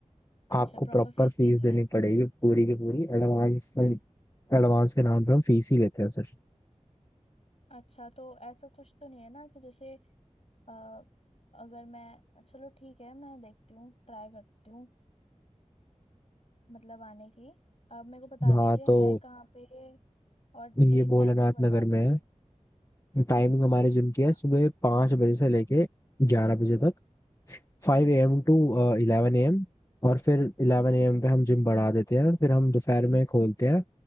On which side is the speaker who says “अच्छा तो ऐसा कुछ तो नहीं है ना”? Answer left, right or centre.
Left